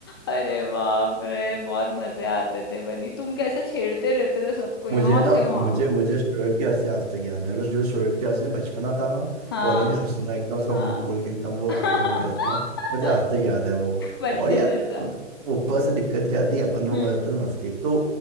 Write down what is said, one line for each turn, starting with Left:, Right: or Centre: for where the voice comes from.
Left: अरे बाप रे बहुत मजे आते थे बनी तुम कैसे छेड़ते रहते थे सबको यहाँ
Right: मुझे ना
Left: से वहाँ
Right: मुझे मुझे शोएब की हंसी आज तक याद है मतलब जो शोएब की हंसी में बचपना था ना
Left: हाँ
Right: वो अलग ही हंसना एकदम उसका
Left: हाँ
Right: मुंह खोल के एकदम वो
Left: <laughs>
Right: आंखें बंद करके हंसना मुझे आज तक याद है वो
Left: बच्चे
Right: और यार
Left: जैसा
Right: ऊपर से दिक्कत क्या थी अपन लोग
Left: हम्म
Right: रहते थे मस्ती एक तो